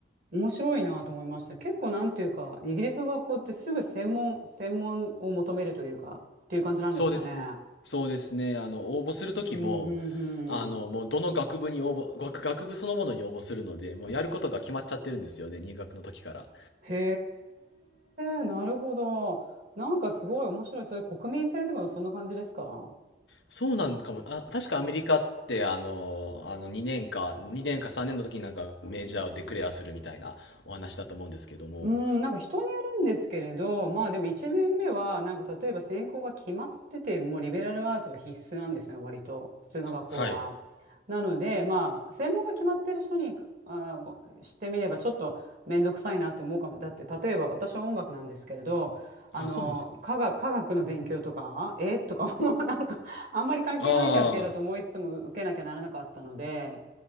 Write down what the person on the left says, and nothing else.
そうですね。そうですね。あの、応募するときも、
あの、もうどの学部に応募、学、学部そのものに応募するので、もうやることが決まっちゃってるんですよね、入学の時から。
そうなんかも、あ、確かアメリカって、あの、あの2年か、2年か3年の時になんかメジャーをデクレアするみたいなお話だと思うんですけども。
はい。
あ、そうなんですかね。
あ